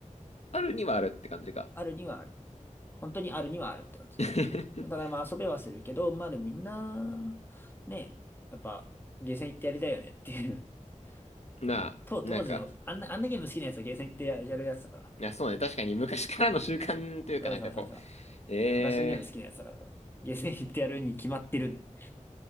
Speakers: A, on the left (about 55°); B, on the left (about 15°).
A: あるにはあるって感じか。
B: あるにはある。本当にあるにはあるって感じ。
A: <laughs>
B: だからまあ遊べはするけど、まあでもみんな、ね、やっぱ、ゲーセン行ってやりたいよねっていう。
A: なあ、
B: <laughs> 当、当時の、
A: なんか、
B: あんな、あんなゲーム好きなやつはゲーセン行ってや、やるやつだから。
A: いや、そうね。確かに昔からの習慣というかなんかこ
B: そうそうそうそう。
A: う、ええ
B: 昔のゲーム好きなやつだから、ゲーセン行ってやるに決まってるんだよ。っ